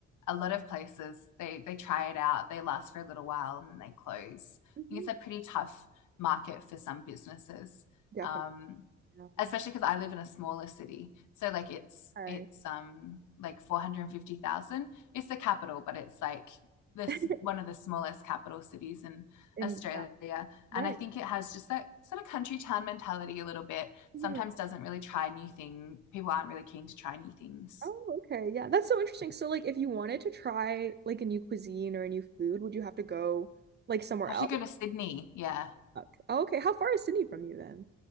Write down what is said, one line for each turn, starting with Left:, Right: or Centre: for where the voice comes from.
Left: a lot of places they they try it out, they last for a little while and then they close. I
Right: hmm
Left: think it's a pretty tough market for some businesses.
Right: Definitely.
Left: Um,
Right: Yeah.
Left: especially because I live in a smaller city. So like it's
Right: All right.
Left: it's um like 450,000. It's the capital, but it's like this
Right: <laughs>
Left: one of the smallest capital cities in
Right: And
Left: Australia.
Right: yeah,
Left: And
Right: right.
Left: I think it has just that sort of country town mentality a little bit.
Right: Mhm.
Left: Sometimes doesn't really try new things. People aren't really keen to try new things.
Right: Oh, okay. Yeah, that's so interesting. So, like, if you wanted to try like a new cuisine or a new food, would you have to go like somewhere
Left: I
Right: else?
Left: have to go to Sydney. Yeah.
Right: Okay. Oh, okay. How far is Sydney from you then?